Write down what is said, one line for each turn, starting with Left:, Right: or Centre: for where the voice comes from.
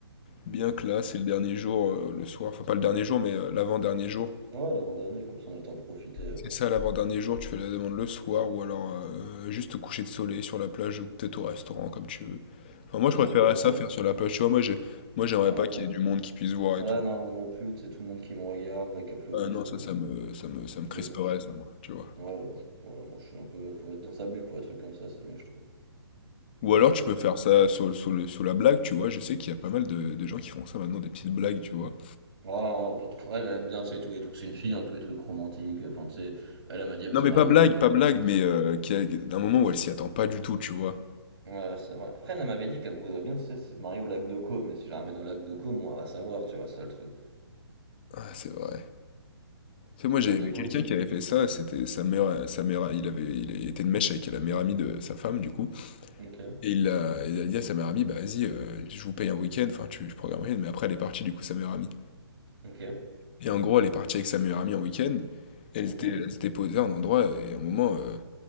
Left: Bien que là, c'est le dernier jour, euh, le soir. Enfin, pas le dernier jour, mais euh, l'avant-dernier jour.
Right: Mm. Ouais, l'abandonner, comme ça on a le temps de profiter. euh.
Left: C'est ça, l'avant-dernier jour, tu fais la demande le soir ou alors euh, juste au coucher de soleil sur la plage ou peut-être au restaurant, comme tu veux. Enfin,
Right: Ouais,
Left: moi, je
Right: c'est
Left: préférerais
Right: vrai, non,
Left: ça
Right: pas.
Left: faire sur la plage. Tu vois, moi, j'ai... moi, j'aimerais
Right: Ouais,
Left: pas qu'il
Right: non.
Left: y ait du monde qui puisse voir
Right: Ouais,
Left: et tout.
Right: non, moi non plus, tu sais, tout le monde qui me regarde, là, qui applaudissent,
Left: Ah non,
Right: euh,
Left: ça,
Right: bon,
Left: ça
Right: je,
Left: me, ça me, ça me crisperait,
Right: je les. je-
Left: ça, moi, tu vois.
Right: Ouais, bon, je- voilà, moi je suis un peu. Faut être dans sa bulle pour un truc comme ça, c'est mieux, je trouve.
Left: Ou alors,
Right: Faut
Left: tu peux
Right: être plus.
Left: faire ça sur, le- sur le- sur la blague, tu vois. Je sais qu'il y a pas mal de, de gens qui font ça maintenant, des petites blagues, tu vois.
Right: Ah, non, pas trop. Elle, elle aime bien, tu sais, tous les trucs. C'est une fille, hein, tous les trucs romantiques. Enfin, tu sais, elle, elle m'a dit, elle
Left: Non,
Right: veut se
Left: mais
Right: marier
Left: pas blague,
Right: au lac de
Left: pas blague, mais euh, qu'il y a- d'un moment où elle s'y attend pas du tout, tu vois.
Right: Ouais, c'est vrai. Après, elle m'avait dit qu'elle voudrait bien tu se marier au lac de Côme, mais si je la ramène au lac de Côme, on va savoir, tu vois, ça le truc.
Left: Ah, c'est vrai. Tu
Right: Parce
Left: sais, moi,
Right: que
Left: j'ai
Right: le lac de
Left: vu
Right: Côme,
Left: quelqu'un
Right: c'est.
Left: qui avait fait ça, c'était sa mère, euh, sa mère, il avait, il était de mèche avec la meilleure amie de sa femme, du coup,
Right: Ok,
Left: et il a, il a dit à sa meilleure amie, bah vas-y, euh, je vous paye un week-end, enfin, tu, je programme un week-end, mais après, elle est partie, du coup, sa meilleure amie.
Right: ok.
Left: Et en gros, elle est partie avec sa meilleure amie en week-end, elle
Right: mhm,
Left: s'était, elle s'était posée à un endroit, et à un moment, euh,